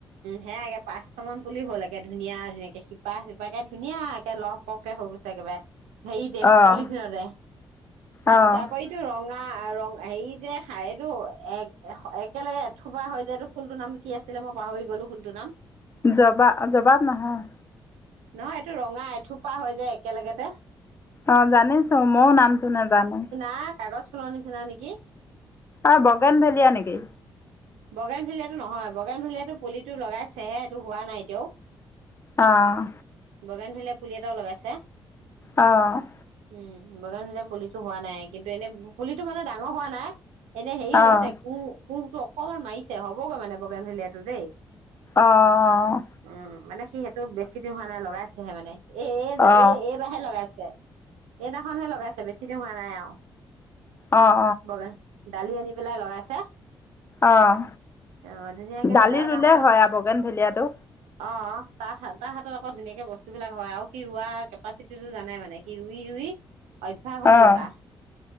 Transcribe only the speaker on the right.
হে আগে পাঁচট মান পুলি হ'ল একে ধুনীয়া ধুনীয়াকে শিপা-শিপাকে ধুনীয়া একে লহ পহকে হৈ গৈছে একেবাৰে। হেৰিতে
পলিথিতে তাৰপিছত
ৰঙা ৰং হেৰি যে এইটো এক একেলগে থোবা হয় যে এইটো ফুলটোৰ নাম কি আছিলে মই পাহৰি গলো ফুলটোৰ নাম?
নহয় এইটো ৰঙা এথোপা হৈ যায় একেলগেতে,
আ, কাগজ ফুলনি নিচিনা নেকি?
বগেম ভেলিয়ো নহয়, বাগেন ভেলিয়াটো পুলিটো লগাইছেহে এইটো হোৱা নাই এতিয়াও।
বগেনভেলিয়া পুলি এটাও লগাইছে।
উম, বগেনভেলিয়া পুলিটো হোৱা নাই। কিন্তু এনে পুলিতটো মানে ডাঙৰ হোৱা নাই এনে হেই
হৈছে কু কুহটো অকণমান মাৰিছে হবগৈ মানে বগেনভেলীয়াতো দেই।
উম, মানে সি সেইটো বেছি দিন হোৱা নাই লগাই হে মানে। এ-এ-এ
এইবাৰে লগাইছে। এইদিনাখনহে লগাইছে বেছি দি হোৱা নাই আৰু।
বগেন ডালি আনি পেলাই লগাইছে।
আহ, ধুনীয়াকে
হৈ হৈছে আৰু
তাৰ হাতত
আহ, তাৰ-তাৰ হাতত আকৌ ধুনীয়াকে সেই বস্তু বিলাক হয় আৰু সি ৰোৱা কেপাচিতিটো জানাই মানে সি ৰুই-ৰুই, অভ্যাস হৈ
গল তাৰ।